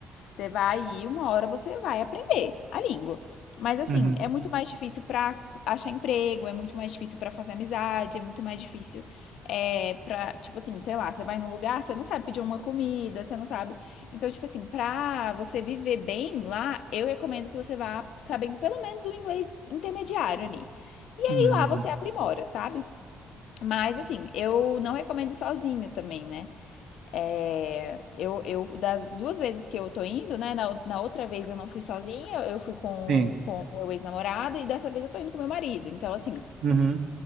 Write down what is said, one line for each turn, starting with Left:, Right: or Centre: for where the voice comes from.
Left: você vai ir, uma hora você vai aprender a língua. Mas assim,
Right: uhum,
Left: é muito mais difícil pra achar emprego, é muito mais difícil pra fazer amizade, é muito mais difícil é, pra, tipo assim, sei lá, você vai num lugar, você não sabe pedir uma comida, você não sabe. Então, tipo assim, pra você viver bem lá, eu recomendo que você vá sabendo pelo menos o inglês intermediário ali. E aí
Right: uhum,
Left: lá você
Right: hum,
Left: aprimora, sabe? Mas assim, eu não recomendo ir sozinho também, né? É, eu, eu, das duas vezes que eu tô indo, né? Na, na outra vez eu não fui sozinha, eu fui com,
Right: sim,
Left: com meu ex-namorado e dessa vez eu tô indo com meu marido. Então, assim,
Right: uhum,